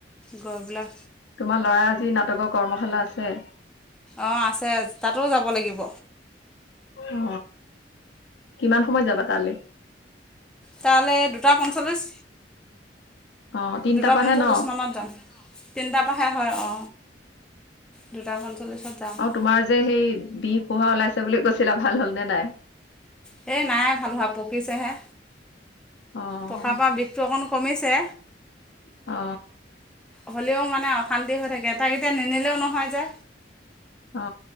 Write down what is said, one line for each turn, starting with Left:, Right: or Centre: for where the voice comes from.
Centre: গৈ পেলাই
Left: তোমাৰ লৰা আজি নাটকৰ কৰ্মশালা আছে।
Centre: অ আছে তাতো যাব লাগিব।
Left: অ কিমান সময়ত যাবা তালে?
Centre: তালে দুটা পঞ্চল্লিছ।
Left: অ', তিনটাৰ
Centre: দুটা
Left: পৰাহে
Centre: পঞ্চল্লিছ
Left: ন
Centre: মানত যাম, তিনিটাৰ পাহে হয় অ। দুটা পঞ্চল্লিছত। যাম
Left: আও
Centre: আৰু
Left: তোমাৰ যে সেই বিষ পোহা ওলাইছে বুলি কৈছিলা ভাল হল নে নাই?
Centre: সেই নাই ভাল হয় পকিছেহে
Left: অ',
Centre: পকাৰ পৰা বিষটো অকণ কমিছে।
Left: অ
Centre: হ'লেও মানে অশান্তি হৈ থাকে তাক এতিয়া নিনিলেও নহয় যে।
Left: অ